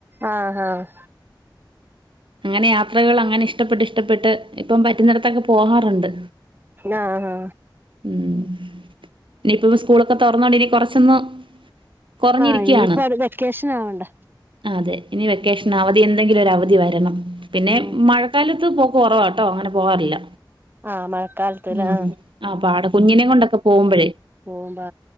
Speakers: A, on the right; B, on the right.
A: ആഹ് ആഹ്
B: അങ്ങനെ യാത്രകൾ അങ്ങനെ ഇഷ്ടപ്പെട്ട് ഇഷ്ടപ്പെട്ട് ഇപ്പം പറ്റുന്നിടത്തൊക്കെ പോകാറുണ്ട്
A: ആഹ് ആഹ്
B: ഉം ഇനിയിപ്പം സ്കൂളൊക്കെ തുറന്നോണ്ടി ഇനി കൊറച്ചൊന്ന് കുറഞ്ഞിരിക്കയാണ്
A: ആഹ് ഇനിയിപ്പോ അടു വെക്കേഷൻ ആവണ്ട
B: അതെ ഇനി വെക്കേഷൻ അവധി എന്തെങ്കിലും ഒരു അവധി വരണം പിന്നെ
A: ഉം
B: മഴ കാലത്ത് പോക്ക് കുറവാട്ടോ അങ്ങനെ പോവാറില്ല
A: ആഹ് മഴക്കാലത്തില്
B: ഉം
A: ആഹ്
B: ആ പാട കുഞ്ഞിനേം കൊണ്ടൊക്കെ പോകുമ്പോഴേയ്
A: പോകുമ്പോ